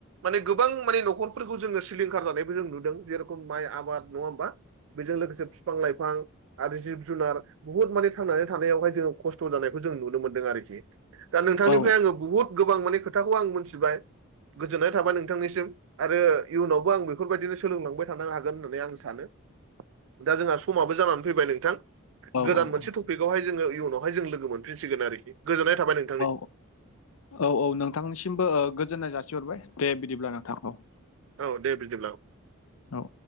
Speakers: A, on the right; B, on the left.
A: माने गोबां माने न'खरफोरखौ जोङो सिलिंखार जानायबो जों नुदों जेरेखम माइ आबाद नङा होमबा? बेजों लोगोसे फिफां लाइफां आरो जिब जुनार बुहुत माने थांनानै थानायावहाय जोङो खस्थ' जानायखौ जों नुनो मोन्दों आरोखि दा नोंथांनिफ्राय
B: औ
A: आङो बुहुत गोबां माने खोथाखौ आं मिथिबाय गोजोननाय थाबाय नोंथांनिसिम। आरो इयुनावबो आं बेफोरबायदिनो सोलोंलांबाय थानो हागोन होननानै आं सानो। दा जोंहा समाबो जानानै फैबाय नोंथां
B: औ
A: गोदान
B: औ
A: मोनसे टपिकावहाय जोङो इयुनावहाय जों लोगो मोनफिनसिगोन आरोखि गोजोननाय थाबाय नों
B: औ औ औ औ नोंथांनिसिमबो ओ गोजोननाय जासिहरबाय, दे बिदिब्ला नोंथांखौ औ।
A: औ दे बिदिब्ला
B: औ।